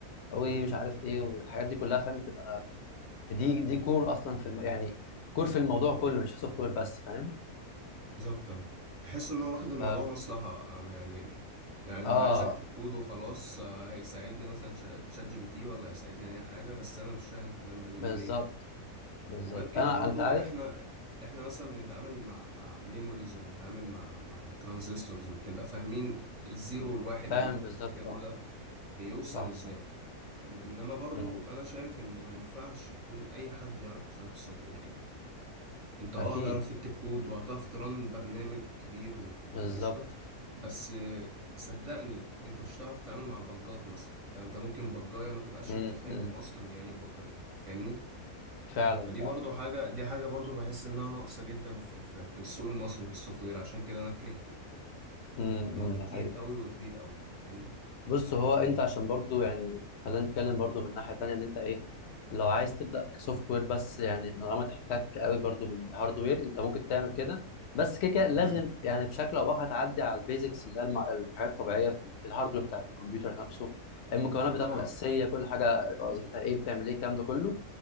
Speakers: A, on the left; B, on the right.
A: ومش
B: <laughs>
A: عارف ايه والحاجات دي كلها فاهم بتبقى دي دي كور اصلا في الم... يعني كور في الموضوع كله مش في السوفت وير بس فاهم
B: بالظبط آه. تحس ان هو واخد الموضوع
A: ف
B: مصلحة آه، يعني يعني
A: اه
B: انا عايز اكتب كود وخلاص آه، هيساعدني مثلا شا- شات جي بي تي ولا هيساعدني اي حاجة بس انا مش فاهم الكلام ده بيقول
A: بالظبط
B: ايه
A: بالظبط
B: وغير كده
A: انا
B: برضو
A: انت عارف
B: احنا احنا مثلا بنتعامل مع مع ميموريز وبنتعامل مع مع ترانزستورز وبنبقى فاهمين الزيرو والواحد
A: فاهم
B: اللي انت
A: بالظبط
B: بتكتبه
A: اه
B: ده بيوصل
A: صح
B: ازاي
A: صح
B: فاهمني انما برضو
A: مم.
B: انا شايف ان ما ينفعش يكون اي حد يعرف يشتغل في السوفت وير كده. انت اه
A: اكيد
B: هتعرف تكتب كود وهتعرف ترن برنامج كبير وت-
A: بالظبط
B: وقشطة بس آه، صدقني انت مش هتعرف تتعامل مع البجات مثلا طب انت ممكن بجاية ما تبقاش
A: مم،
B: انت فاهم
A: مم.
B: اصلا هي ايه البجاية دي فاهمني
A: فعلا
B: فدي
A: فعلا
B: برضو حاجة دي حاجة برضو بحس انها ناقصة جدا في, في, في السوق المصري في السوفت وير عشان كده انا كرهته
A: امم
B: لان هو كتير
A: ده حقيقي
B: قوي وكبير قوي فاهمني
A: بص هو انت عشان برضو يعني خلينا نتكلم برضو من ناحية تانية ان انت ايه لو عايز تبدأ كسوفت وير بس يعني من غير ما تحتك قوي برضو بالهاردوير انت ممكن تعمل كده بس كده كده لازم
B: امم
A: يعني بشكل او باخر تعدي على البيزكس اللي هي المع- الحاجات الطبيعية في ال- في الهاردوير بتاع الكمبيوتر نفسه المكونات بتاعته
B: طبعا
A: الأساسية كل حاجة وظيفتها ايه بتعمل ايه الكلام ده كله